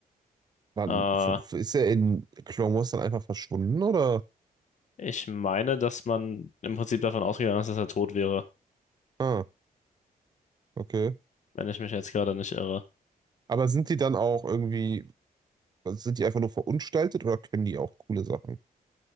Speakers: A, on the right; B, on the left.
A: Wann,
B: Äh,
A: wo- wo- ist er in Clone Wars dann einfach verschwunden, oder?
B: ich meine, dass man im Prinzip davon ausgegangen ist, dass er tot wäre,
A: Ah, okay.
B: wenn ich mich jetzt gerade nicht irre.
A: Aber sind die dann auch irgendwie, also sind die einfach nur verunstaltet oder können die auch coole Sachen?